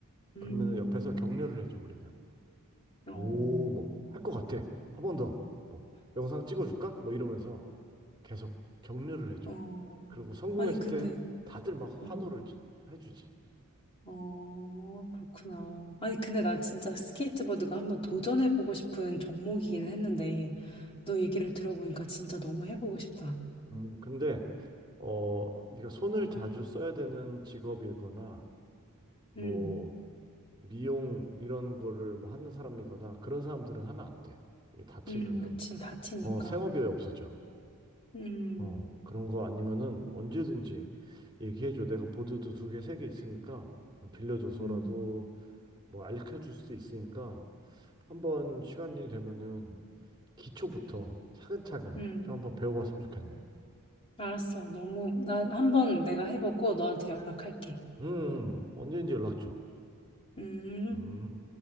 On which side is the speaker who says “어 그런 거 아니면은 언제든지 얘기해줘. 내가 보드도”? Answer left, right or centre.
Right